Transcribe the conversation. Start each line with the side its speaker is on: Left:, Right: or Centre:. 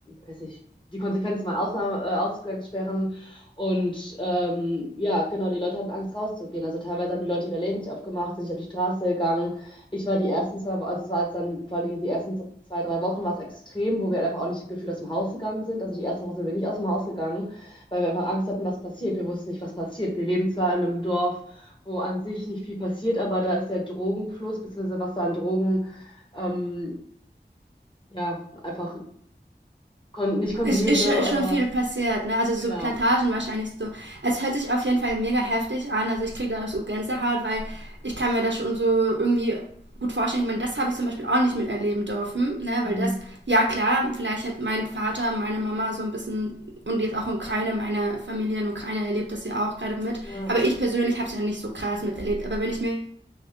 Left: weiß nicht, die Konsequenzen waren Ausnahme, äh, Ausgangssperren und ähm, ja, genau, die Leute hatten Angst rauszugehen. Also teilweise haben die Leute ihre Läden nicht aufgemacht, sind nicht auf die Straße gegangen. Ich war die ersten zwei, also es war jetzt dann vor allen Dingen die ersten zwei, drei Wochen war es extrem, wo wir halt einfach auch nicht gefühlt aus dem Haus gegangen sind. Also die erste Woche sind wir nicht aus dem Haus gegangen, weil wir einfach Angst hatten, was passiert. Wir wussten nicht, was passiert. Wir leben zwar in einem Dorf, wo an sich nicht viel passiert, aber da ist der Drogenfluss, beziehungsweise was da an Drogen ähm, ja, einfach Kon nicht konsumiert,
Right: Ist, ist,
Left: nur
Right: schon- ist
Left: aber
Right: schon viel passiert, ne? Also so
Left: genau.
Right: Plantagen wahrscheinlich so. Es hört sich auf jeden Fall mega heftig an. Also ich kriege da auch so Gänsehaut, weil ich kann mir das schon so irgendwie gut vorstellen. Ich meine, das habe ich zum Beispiel auch nicht miterleben dürfen, ne?
Left: Mhm.
Right: Weil das, ja klar, vielleicht hat mein Vater, meine Mama so ein bisschen und jetzt auch in Ukraine, meine Familie in Ukraine erlebt das ja auch gerade mit.
Left: Ja.
Right: Aber ich persönlich habe es ja nicht so krass miterlebt. Aber wenn ich mir